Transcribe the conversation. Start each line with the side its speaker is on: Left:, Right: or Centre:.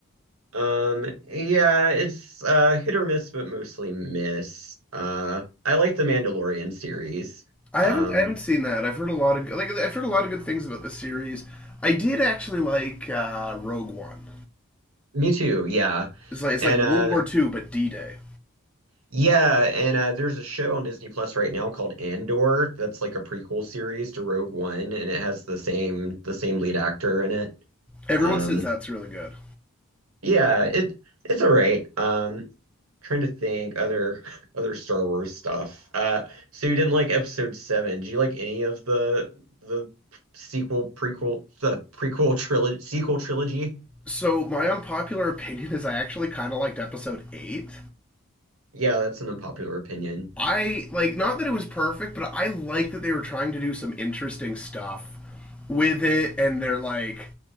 Right: Um, yeah, it's uh hit or miss, but mostly miss. Uh, I like the Mandalorian series.
Centre: I
Right: Um,
Centre: haven't I haven't seen that. I've heard a lot of like I've heard a lot of good things about this series. I did actually like uh, Rogue One.
Right: Me too, yeah.
Centre: It's like it's
Right: And
Centre: like
Right: uh
Centre: World War Two but D Day.
Right: yeah, and uh there's a show on Disney Plus right now called Andor that's like a prequel series to Rogue One and it has the same the same lead actor in it.
Centre: Everyone
Right: Um
Centre: says that's really good.
Right: yeah, it it's all right. Um trying to think other <laughs> other Star Wars stuff. Uh so you didn't like episode 7. Do you like any of the the sequel prequel the prequel trilogy sequel trilogy?
Centre: So my unpopular opinion is I actually kind of liked Episode Eight.
Right: Yeah, that's an unpopular opinion.
Centre: I like not that it was perfect, but I like that they were trying to do some interesting stuff with it, and they're like,